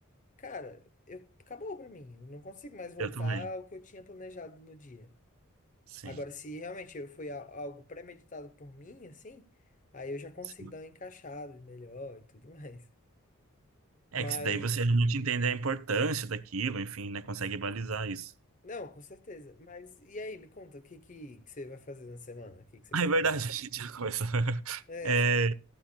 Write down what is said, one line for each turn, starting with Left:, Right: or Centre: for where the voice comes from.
Left: Cara, eu, acabou pra mim, eu não consigo mais voltar
Right: eu também.
Left: ao que eu tinha planejado no dia.
Right: Sim,
Left: Agora, se realmente eu foi a- algo premeditado por mim, assim, aí eu já consigo
Right: sim.
Left: dar uma encaixada melhor e tudo <laughs> mais.
Right: É
Left: Mas,
Right: que daí você realmente entende a importância daquilo, enfim, né? Consegue balizar isso.
Left: não, com certeza. Mas, e aí, me conta, o que que, que você vai fazer na semana? O que que você
Right: Ah,
Left: pretende?
Right: é verdade, <laughs> a gente já começou. <laughs>
Left: É,
Right: É,